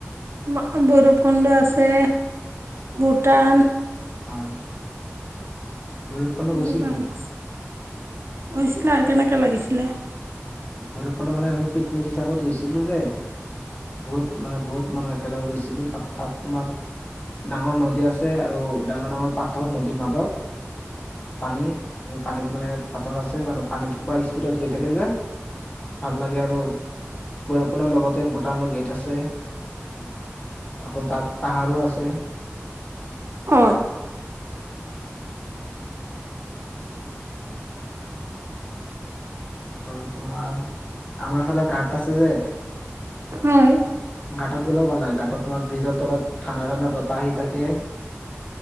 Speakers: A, on the right; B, on the left.
A: ভৈৰবকুণ্ড আছে ভূটান
B: হয়। ভৈৰৱকুণ্ড
A: এইবোৰ
B: গৈছিলো
A: জেগা <unintelligible>
B: আমি
A: গৈছিলা কেনেকুৱা লাগিছিলে?
B: ভৈৰবকুণ্ড মানে আমি পিকনিক হিচাপত গৈছিলোঁ‌ যে বহুত মানে বহুত মানুহ একেলগে গৈছিলো তাত, তাত তোমাৰ ডাঙৰ নদী আছে আৰু ডাঙৰ ডাঙৰ পাথৰ নদীৰ মাজত পানী, এই পানীত মানে পাথৰ আছে, বাৰু পানীতো পুৰা স্পীডত গৈ থাকে যে ভাল লাগে আৰু, ভৈৰবকুণ্ডৰ লগতে ভূটানৰ গেট আছে। আকৌ তাত পাহাৰো আছে।
A: হয়।
B: আৰু তোমাৰ আমাৰ ফালে ঘাট আছে যে
A: হয়।
B: ঘাটত গ'লেও ভাল লাগে, ঘাটত তোমাৰ ব্ৰীজৰ তলত ঠাণ্ডা ঠাণ্ডা বতাহ আহি থাকে।